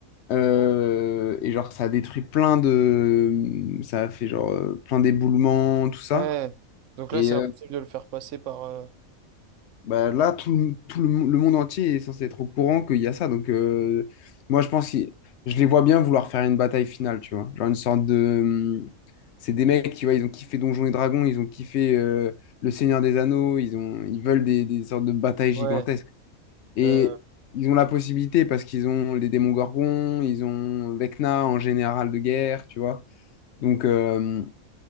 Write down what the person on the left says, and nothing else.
Euh, et genre, ça a détruit plein de. Ça a fait genre euh, plein d'éboulements, tout ça.
Et,
euh,
Bah, là, tout, le, tout le, le monde entier est censé être au courant qu'il y a ça. Donc, euh, moi, je pense que je les vois bien vouloir faire une bataille finale, tu vois. Genre une sorte de... hum, C'est des mecs, tu vois, ils ont kiffé Donjons et Dragons, ils ont kiffé euh, Le Seigneur des Anneaux, ils ont, ils veulent des, des sortes de batailles gigantesques.
Et
ils ont la possibilité parce qu'ils ont les démons gorgons, ils ont Vecna en général de guerre, tu vois. Donc, euh,